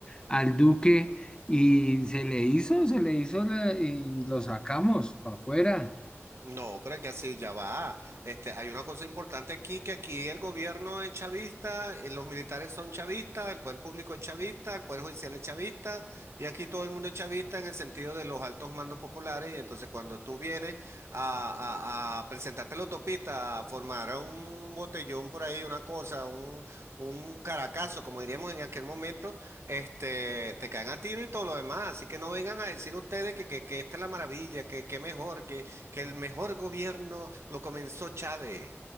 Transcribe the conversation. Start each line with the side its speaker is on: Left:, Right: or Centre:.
Left: al Duque y se le hizo, se le hizo la- y lo sacamos para afuera.
Right: No, pero es que así ya va. Este, hay una cosa importante aquí, que aquí el gobierno es chavista, eh, los militares son chavistas, el poder público es chavista, el poder judicial es chavista, y aquí todo el mundo es chavista en el sentido de los altos mandos populares, y entonces cuando tú vienes a, a- a presentarte a la autopista, a formar un botellón por ahí, una cosa, un, un caracazo, como diríamos en aquel momento, este, te caen a tiro y todo lo demás, así que no vengan a decir ustedes que, que, que esta es la maravilla, que, que mejor, que que el mejor gobierno lo comenzó Chávez.